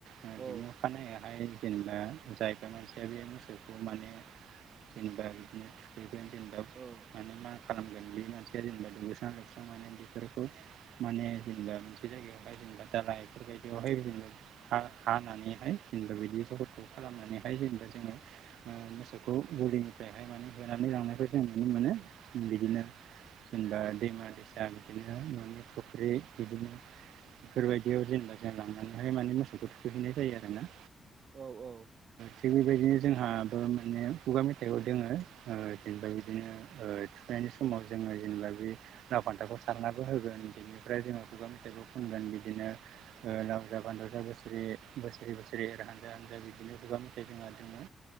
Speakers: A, on the right; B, on the right.
A: बिनि
B: औ।
A: अखानायैहाय जेनेबा जायग्रा मोनसिया बे मोसौ माने जेनेबा बिदिनो जेनेबा
B: औ।
A: मा खालामगोन बे मानसिया जेनेबा दुगैस्रां लोबस्रां माने बेफोरखौ माने जेनेबा मोनसे जायगायावहाय जेनेबा दालाइ बेफोरबायदियावहाय जोङो हा-हानानैहाय जेनेबा बिदि जहरखौ खालामनानैहाय जेनेबा जोङो मोसौखौ गलिनिफ्रायहाय माने होनानै लांनायखौ जों नुनो मोनो। बिदिनो जेनबा दैमा दैसा बिदिनो न'नि फुख्रि बिदिनो बेफोरबायदियाव जेनेबा जों लांनानैहाय माने मोसौखौ थुखोहैनाय जायो आरो ना।
B: औ औ।
A: थिग बेबायदिनो जोंहाबो माने खुगा मेथाइयाव दोङो। ओ जेनेबा बिदिनो ओ थुखैनायनि समाव जोङो जेनेबा बे लाव फान्थावखौ सारनबो होगोन बेनिफ्राय जोंनो गोबां मेथाइबो खनगोन बिदिनो ओ लावजा फान्थाजा बोसोरै, बोसोरै बोसोरै एर हान्जा हान दा बिदिनो खुगा मेथाइ जोंहा दोङो।